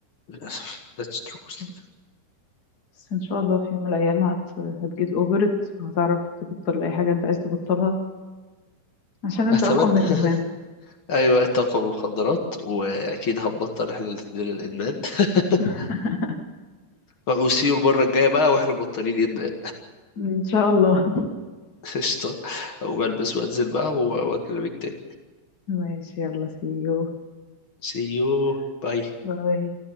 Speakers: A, on the left (about 50°); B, on the left (about 90°).
A: للاسف that's truth
B: للأسف بس إن شاء الله في يوم من الأيام هت هتجيت أوفرت وهتعرف تبطل أي حاجة أنت عايز تبطلها عشان أنت
A: اتمنى
B: أقوى من الإدمان
A: <laughs> ايوه الطاقه من المخدرات واكيد هنبطل احنا الاثنين الادمان <laughs>
B: <laughs>
A: وسيو المره الجايه بقى واحنا مبطلين ادمان
B: إن شاء الله
A: <laughs> قشطه او بلبس وانزل بقى واكلمك تاني
B: <laughs> ماشي يلا see you
A: See you. Bye.
B: باي